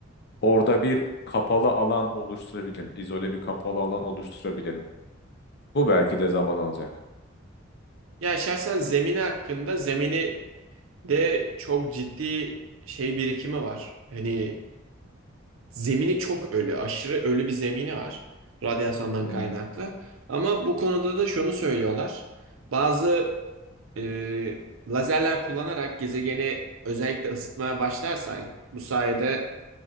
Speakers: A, on the left; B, on the right.
A: orada bir kapalı alan oluşturabilelim. izole bir kapalı alan oluşturabilelim. Bu belki de zaman alacak.
B: Ya şahsen zemini hakkında zemini de çok ciddi şey birikimi var. Hani zemini çok ölü, aşırı ölü bir zemini var radyasyondan
A: Hı
B: kaynaklı. Ama bu konuda da şunu söylüyorlar. Bazı e, lazerler kullanarak gezegeni özellikle ısıtmaya başlarsan bu sayede